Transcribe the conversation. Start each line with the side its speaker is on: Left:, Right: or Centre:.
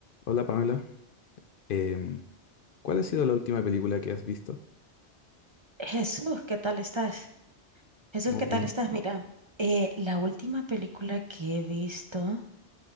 Left: Hola Pamela, Em, ¿cuál ha sido la última película que has visto?
Right: Jesús, ¿qué tal estás? Jesús,
Left: Muy
Right: ¿qué tal
Left: bien.
Right: estás? Mira, eh, la última película que he visto,